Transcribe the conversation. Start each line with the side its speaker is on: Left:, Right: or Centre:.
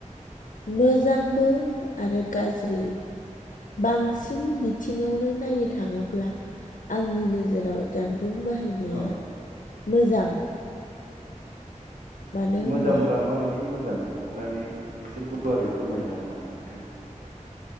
Left: मोजांबो आरो गाज्रिबो बांसिन बिथिंङावनो नायनो थांङोब्ला आंनि नोजोराव जान बुं बाहायनाया
Right: औ
Left: मोजां मानो होनबा
Right: मोजांब्ला माबायदि मोजां अननानै एसे गुवारै फोरमायनो हागोन नामा नोंथाङा?